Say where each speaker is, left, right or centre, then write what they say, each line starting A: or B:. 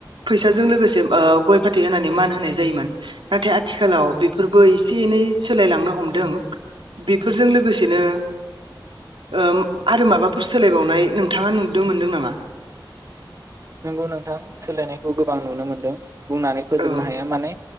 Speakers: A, on the right; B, on the right.
A: फैसाजों लोगोसे ओ गय फाथै होनानै मान होनाय जायोमोन नाथाय आथिखालाव बेफोरबो एसे एनै सोलायलांनो हमदों फोरजों लोगोसेनो ओ म आरो माबाफोर सोलायबावनाय नोंथाङा नुनो मोनदों नामा?
B: नोंगौ नोंथां सोलायनायखौ गोबां नुनो मोनदों बुंनानै फोजोबनो
A: औ
B: हाया माने